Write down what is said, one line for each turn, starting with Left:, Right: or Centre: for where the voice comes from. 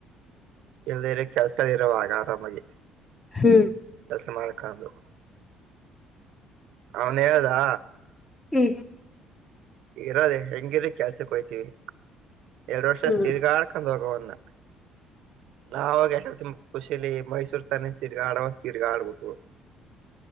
Right: ಇಲ್ಲದ ಕೆಲ್ಸದಲ್ಲಿ ಇರವಾಗ ಆರಾಮಾಗಿ
Left: ಹ್ಮ್
Right: ಕೆಲಸ ಮಾಡಕಂದು ಅವನ್ ಹೇಳುದಾ
Left: ಹ್ಮ್
Right: ಇರದೆ ಹೆಂಗಿರಿ ಕೆಲ್ಸಕ್ ಹಯ್ತೀವಿ ಎರಡ್ ವರ್ಷ
Left: ಹ್ಮ್
Right: ತಿರ್ಗಾ ಆಡ್ಕೊಂಡ್ ಹೋಗವನ್ನ ನಾವಾಗಸ ಖುಷಿಲಿ ಮೈಸೂರ್ ತಾನೆಂತೀರ್ ಆಡ ತಿರ್ಗಾ ಆಡ್ಬಿಟ್ಟ